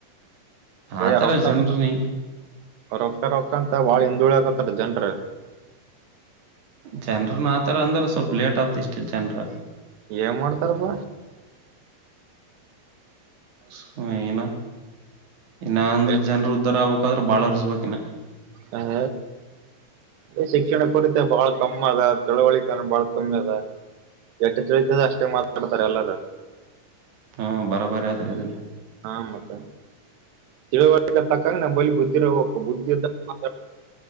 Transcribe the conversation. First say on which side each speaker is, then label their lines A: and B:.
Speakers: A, on the right; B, on the right.
A: ಭೈಯ
B: ಆತರ
A: ರಕ್ತ
B: ಜನ್ರನ
A: ರ ರಕ್ತ ರತ ವಾಳ ಹ ೂಳ ಆಕತ್ತಾರ ಜನ್ರ
B: ಜನರು ಆತರ ಅಂದ್ರ ಸ್ವಲ್ಪ ಲೇಟ್ ಆಗ್ತಿ ಇಷ್ಟ ಜನರು
A: ಏನ್ ಮಾಡ್ತಾರಪ್ಪ
B: ಸ್ಮ ಏನ ಇನ್ನ ಅಂದ್ರೆ
A: ಅದೇ
B: ಜನರು ಉಧಾರ ಆಗ್ಬೇಕು ್ರ ಬಾಳ ಇರ್್ಬೇಕು ಇನ್ನ
A: ಹ ಅ ಶಿಕ್ಷಣ ಕೊಡಿದ್ದೆ ಬಹಳ ಕಮ್ಮಿ ಅದ ತಿಳವಳಿಕನ ಬಾಳ ಕಮ್ಮಿ ಅದ ಎಟ್ಟು ತಿಳತ ಅಷ್ಟೇ ಮಾತಾಡ್ತಾರೆ ಎಲ್ಲಾರ
B: ಹ್ಮ ಬರಬರ ಯತ್ ರದನೆ
A: ಹಾ ಮತ್ತ ತಿಳುವರ್ ತಕ್ಕಂಗ ನಮಲಿ ಬುದ್ಧಿ ಬುದ್ಧಿ ಇರ್ಬೆಕು